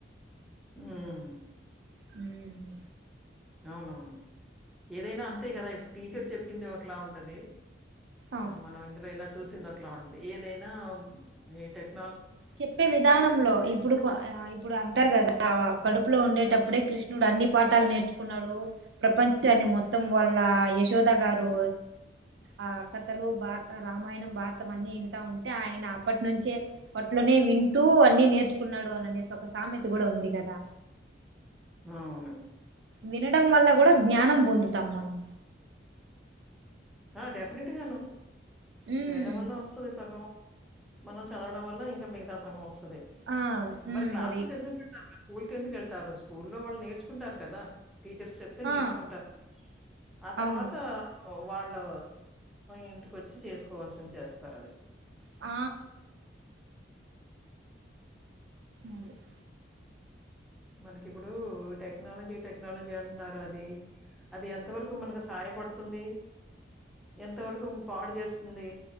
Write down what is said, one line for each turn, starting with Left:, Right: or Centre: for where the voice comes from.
Centre: ఉమ్
Right: ఉమ్
Centre: అవునవును ఏదైనా అంతే గదా ఇప్పుడు టీచర్ చెప్పింది ఒకలా ఉంటది
Right: ఆ
Centre: మనం ఇందులో ఇలా చూసింది ఒకలా ఉంటది ఏదైనా ఏ టైప్
Right: చెప్పే విధానంలో ఇప్పుడు ఇప్పుడు అంటారు గదా కడుపులో ఉండే పుట్టప్పుడే కృష్ణుడు అన్ని పాఠాలు నేర్చుకున్నాడు ప్రపంచాన్ని మొత్తం వాళ్ళ యశోద గారు ఆ కథలు భారత రామాయణం భారతం అన్ని వింటా ఉంటే ఆయన అప్పట్ నుంచే అట్లోనే వింటూ అన్నీ నేర్చుకున్నాడు అని అనేసి ఒక సామెత గూడా ఉంది గదా
Centre: అవును
Right: వినడం వల్ల కూడా జ్ఞానం బొందుతాం మనం
Centre: ఆ డెఫినెట్ గాను
Right: ఉమ్
Centre: వినడం వల్ల వస్తది సగం మనం చదవడం వల్ల ఇంకా మిగతా సగం వస్తది
Right: ఆ
Centre: మరి
Right: ఉమ్
Centre: క్లాసెస్
Right: అది
Centre: ఎందుకు పెడతా ఉన్నారు స్కూల్కి ఎందుకు యెళ్తారు స్కూల్లో వాళ్ళు నేర్చుకుంటారు కదా టీచర్స్ చెప్తే నేర్చుకుంటారు
Right: ఆ
Centre: ఆ తర్వాత
Right: అవును
Centre: వాళ్ళు ఇంటికొచ్చి చేసుకోవాల్సింది చేస్తారు అది
Right: ఆ అది <inaudible>
Centre: మనకిప్పుడు టెక్నాలజీ టెక్నాలజీ అంటున్నారు అది అది ఎంత వరకు మనకి సహాయపడుతుంది ఎంతవరకు పాడు జేస్తుంది